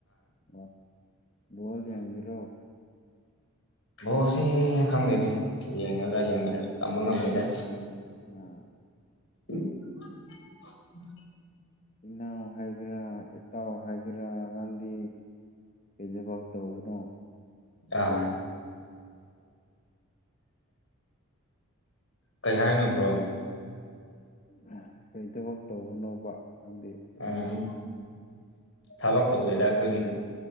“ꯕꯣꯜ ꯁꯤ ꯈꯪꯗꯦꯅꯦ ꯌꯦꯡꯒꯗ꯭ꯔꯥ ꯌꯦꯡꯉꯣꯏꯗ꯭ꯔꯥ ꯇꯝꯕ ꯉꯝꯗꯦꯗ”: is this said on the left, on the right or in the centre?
Left